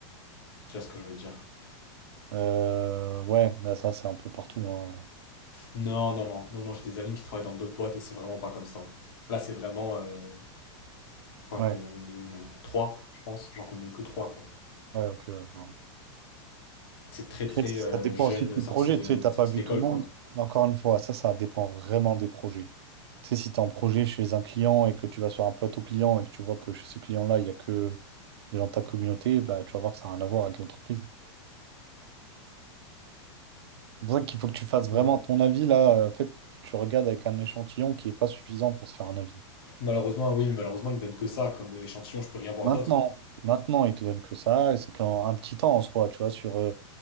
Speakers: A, on the left (about 50°); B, on the right (about 55°).
A: Tu vois ce que je veux dire?
B: Euh, ouais, bah ça, c'est un peu partout. hein.
A: Non, non, non, non, non, j'ai des amis qui travaillent dans d'autres boîtes et c'est vraiment pas comme ça. Là, c'est vraiment, euh, je crois
B: Ouais,
A: qu'on est, on est trois, je pense, j'en connais que trois, quoi.
B: ouais, ok. ouais, je vois.
A: C'est très, très
B: Après, Ça
A: euh,
B: dépend
A: jeune,
B: aussi de tes
A: sorti
B: projets.
A: de,
B: Tu sais, t'as
A: sorti
B: pas vu
A: d'école,
B: tout le monde.
A: quoi.
B: Encore une fois, ça, ça dépend vraiment des projets. Tu sais, si tu es en projet chez un client et que tu vas sur un plateau client et que tu vois que chez ce client-là, il n'y a que des gens de ta communauté, bah, tu vas voir que ça n'a rien à voir avec l'entreprise. C'est pour ça qu'il faut que tu fasses vraiment
A: Ouais.
B: ton avis là. euh, En fait, tu regardes avec un échantillon qui n'est pas suffisant pour se faire un avis.
A: Malheureusement, oui, mais malheureusement, ils me donnent que ça comme euh, échantillon, je peux rien voir
B: Maintenant,
A: d'autre.
B: maintenant, il te donne que ça, et c'est qu'un un petit temps en soi, tu vois, sur, euh,